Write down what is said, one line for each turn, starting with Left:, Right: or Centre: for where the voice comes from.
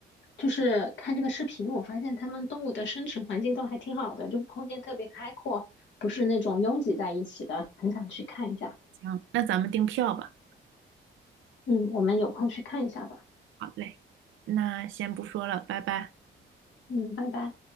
Left: 就是看这个视频，我发现他们动物的生存环境都还挺好的，就是空间特别开阔，不是那种拥挤在一起的，很想去看一下。
Right: 行，那咱们订票吧。
Left: 嗯，我们有空去看一下吧。
Right: 好嘞，那先不说了，拜拜。
Left: 嗯，拜拜。